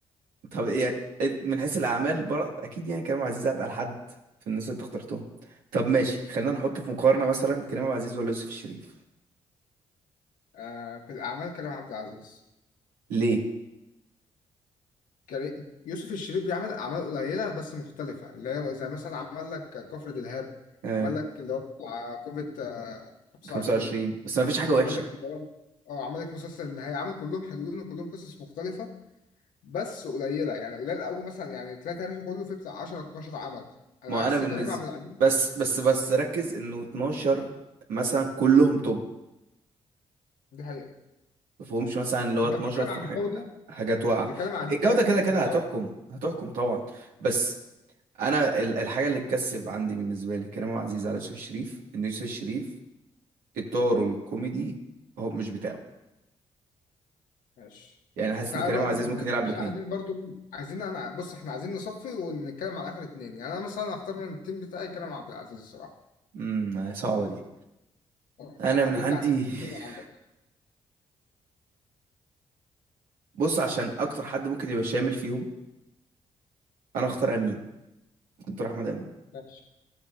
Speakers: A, on the right (about 75°); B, on the left (about 70°).
A: طب إيه يعني إيه من حيث الأعمال برضه أكيد يعني كريم عبد العزيز أتقل حد في الناس اللي أنت اخترتهم طب ماشي خلينا نحط في مقارنة مثلا كريم عبد العزيز ولا يوسف الشريف
B: آه في الاعمال كريم عبد العزيز
A: ليه؟
B: كريم يوسف الشريف بيعمل اعمال قليله بس مختلفه اللي هي زي مثلا عمل لك كفر دلهاب
A: آه
B: عمل لك اللي هو بتاع كوفيد آه، 25
A: 25 بس ما فيش حاجة وحشة
B: عمل لك اللي هو اه عمل لك مسلسل النهايه عمل كلهم حلوين وكلهم قصص مختلفه بس قليله يعني قليل قوي مثلا يعني تلاقي تاريخه كله فيه بتاع 10 12 عمل على
A: ما
B: عكس
A: أنا بالنسبة
B: كريم عبد العزيز
A: بس بس بس ركز إنه 12 مثلا كلهم توب
B: دي حقيقة
A: ما فيهمش مثلا اللي هو
B: انت
A: 12
B: بتتكلم
A: في
B: عن
A: حاج...
B: الجودة
A: حاجات واقعه
B: بتتكلم عن الجودة
A: الجوده كده كده
B: الجودة
A: هتحكم هتحكم طبعا بس انا ال- الحاجه اللي تكسب عندي بالنسبه لي كريم عبد العزيز على يوسف الشريف ان يوسف الشريف اطاره الكوميدي هو مش بتاعه
B: ماشي
A: يعني حاسس
B: طب تعالى
A: ان كريم
B: بقى
A: عبد العزيز ممكن يلعب
B: تعالى
A: الاثنين
B: عايزين برضو عايزين انا بص احنا عايزين نصفي ونتكلم عن اخر اتنين يعني انا مثلا هختار من التيم بتاعي كلام عبد العزيز الصراحة
A: امم صعبه دي
B: اه.
A: انا
B: شوف
A: من عندي
B: انت هتختار
A: <laughs>
B: مين اللي عندك
A: بص عشان اكتر حد ممكن يبقى شامل فيهم انا اختار امين اختار احمد امين
B: ماشي